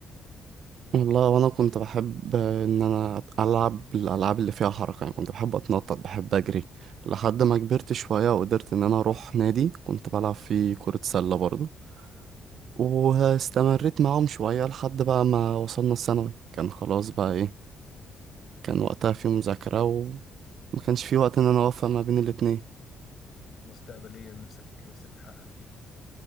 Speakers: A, on the right (about 65°); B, on the left (about 55°).
A: والله وأنا كنت بحب إن أنا ألعب الألعاب اللي فيها حركة يعني كنت بحب أتنطط بحب أجري لحد ما كبرت شوية وقدرت إن أنا أروح نادي كنت بلعب فيه كرة سلة برضه واستمريت معاهم شوية لحد بقى ما وصلنا الثانوي كان خلاص بقى إيه كان وقتها في مذاكرة وما كانش في وقت إن أنا أوفق ما بين الاتنين
B: ومستقبليا نفسك نفسك تحقق ايه